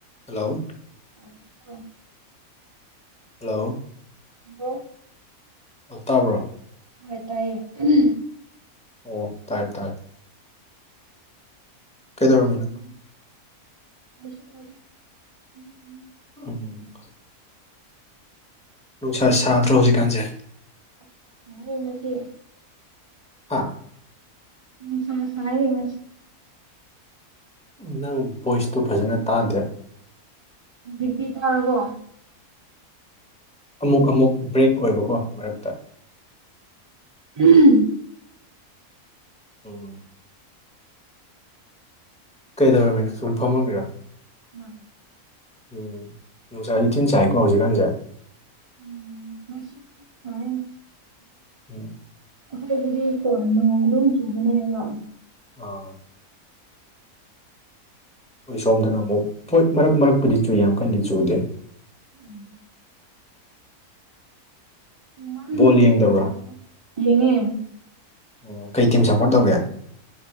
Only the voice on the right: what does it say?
<unintelligible>
hello
ꯇ ꯇꯥꯏꯌꯦ <unintelligible>
<inaudible>
ꯅꯪꯗꯤ
<unintelligible>
ꯅꯨꯡꯁꯥ ꯁꯥꯏꯌꯦ ꯉꯁꯤ
ꯍꯧꯖꯤꯛꯇꯤ ꯇꯥꯔꯕꯣ
ꯎꯝ
ꯎꯝ
ꯎꯝ ꯉꯁꯤ ꯁꯥꯌꯦ
ꯑꯩꯈꯣꯏ ꯑꯗꯨꯗꯤ ꯀꯣ ꯅꯣꯡ ꯑꯗꯨꯝ ꯆꯨꯕꯅꯦꯕ
ꯎꯝ ꯆꯨꯃꯟꯕꯒꯤ
ꯇꯜꯂꯦꯗ ꯌꯦꯉꯦ